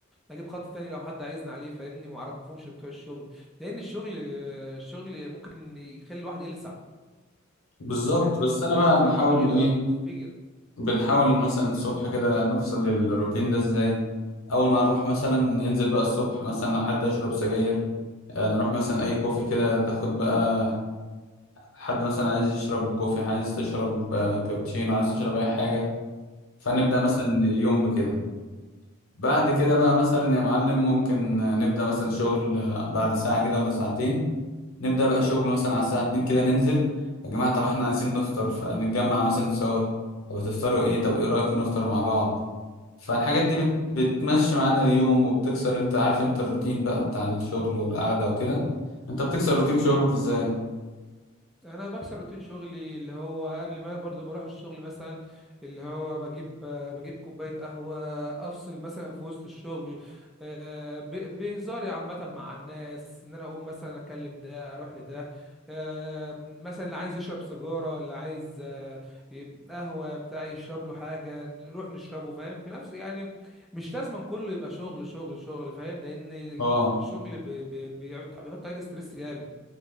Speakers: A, in the centre; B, on the left.
A: اجيب خط تاني لو حد عايزني عليه فاهمني ما اعرفهمش بتوع الشغل لان الشغل الشغل ممكن يخلي الواحد يلسع
B: بالظبط
A: يعني انت
B: بس
A: ممكن
B: انا بقى
A: تخلي
B: بحاول
A: دماغي اللي
B: ايه
A: هو تنفجر
B: بنحاول مثلا الصبح كده نفصل الروتين ده ازاي اول ما نروح مثلا ننزل بقى الصبح مثلا لو حد يشرب سجاير آه، نروح مثلا اي كوفي كده تاخد بقى حد مثلا عايز يشرب كوفي عايز تشرب آه، كابتشينو عايز تشرب اي حاجه فنبدا
A: اه
B: مثلا اليوم بكده بعد كده بقى مثلا يا معلم ممكن آه، نبدا مثلا شغل آه، بعد ساعه كده ولا ساعتين نبدا بقى شغل مثلا على الساعه 2 كده ننزل يا جماعه طب احنا عايزين نفطر فنتجمع مثلا سوا طب هتفطروا ايه طب ايه رايكم نفطر مع بعض فالحاجات دي بت... بتمشي معانا اليوم وبتكسر انت عارف انت الروتين بقى بتاع الشغل والقعده وكده انت بتكسر
A: اكيد
B: روتين شغلك ازاي
A: انا بكسر روتين شغلي اللي هو قبل ما برضو ما اروح الشغل مثلا اللي هو بجيب بجيب كوبايه قهوه افصل مثلا في وسط الشغل آه، ب- بهزاري عامه مع الناس ان انا اقوم مثلا اكلم ده اروح لده آه، مثلا اللي عايز يشرب سيجاره اللي عايز آه، يب- قهوه بتاع يشرب له حاجه نروح نشربه فاهم في نفسه يعني مش لازم كله يبقى شغل شغل شغل فاهم لان
B: اه
A: الشغل بي- بي- بيحط عليك ستريس جامد